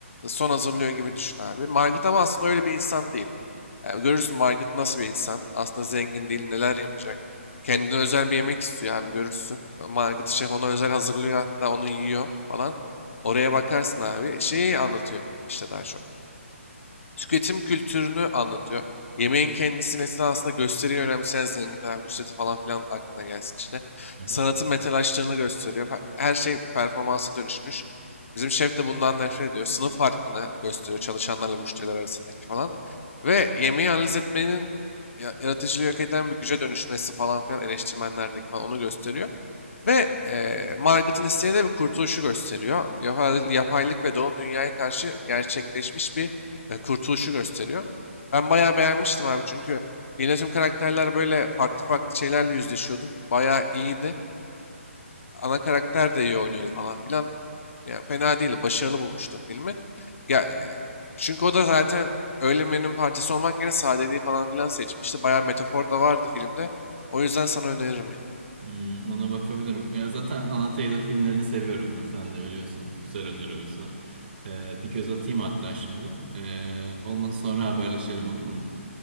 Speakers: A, on the left; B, on the right.
A: Son hazırlıyor gibi düşün abi. Margit ama aslında öyle bir insan değil. Yani görürsün Margaret nasıl bir insan. Aslında zengin değil, neler yapacak. Kendine özel bir yemek istiyor abi görürsün. Margaret şef ona özel hazırlıyor hatta onu yiyor falan. Oraya bakarsın abi. Şeyi anlatıyor işte daha çok. Tüketim kültürünü anlatıyor. Yemeğin kendisini esnasında gösteriyi önemseyen zenginler, Nusret'i falan filan aklına gelsin işte.
B: Aha.
A: Sanatın metalaştığını gösteriyor. Her her şey performansa dönüşmüş. Bizim şef de bundan nefret ediyor. Sınıf farkını gösteriyor çalışanlarla müşteriler arasındaki falan. Ve yemeği analiz etmenin ya- yaratıcılığı yok eden bir güce dönüşmesi falan filan eleştirmenlerdeki falan onu gösteriyor. Ve eee Margaret'ın isteği de bir kurtuluşu gösteriyor. Yapay- yapaylık ve doğal dünyaya karşı gerçekleşmiş bir e, kurtuluşu gösteriyor. Ben bayağı beğenmiştim abi çünkü yine tüm karakterler böyle farklı farklı şeylerle yüzleşiyordu. Bayağı iyiydi. Ana karakter de iyi oynuyordu falan filan. Yani fena değildi. Başarılı bulmuştum filmi. Ya, e, çünkü o da zaten öyle menünün parçası olmak yerine sadeliği falan filan seçmişti. Bayağı metafor da vardı filmde. O yüzden sana öneririm yine.
B: Hmm, ona bakabilirim. Ya zaten Anna Taylor filmlerini seviyorum ben sen de biliyorsun. Güzel öneri o yüzden. Ee, bir göz atayım hatta şimdi. Ee, olmadı sonra haberleşelim olur mu?